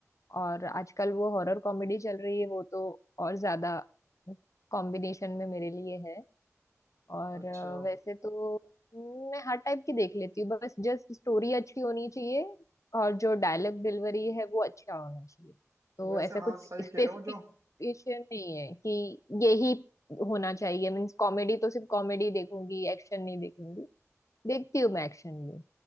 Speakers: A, on the left; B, on the right.
A: और आजकल वो हॉरर कॉमेडी चल रही है वो तो और ज्यादा कॉम्बिनेशन में मेरे लिए है और
B: अच्छा
A: अ, वैसे तो मैं हर टाइप की देख लेती हूँ बस जस्ट स्टोरी अच्छी होनी चाहिए और जो डायलॉग डिलीवरी है वो अच्छा होना चाहिए तो
B: वैसे
A: ऐसा
B: हाँ
A: कुछ
B: सही
A: स्पेसिफिकेशन
B: कह रहे हो जो
A: नहीं है कि यही होना चाहिए मीन्स कॉमेडी तो सिर्फ कॉमेडी देखूंगी एक्शन नहीं देखूंगी देखती हूँ मैं एक्शन भी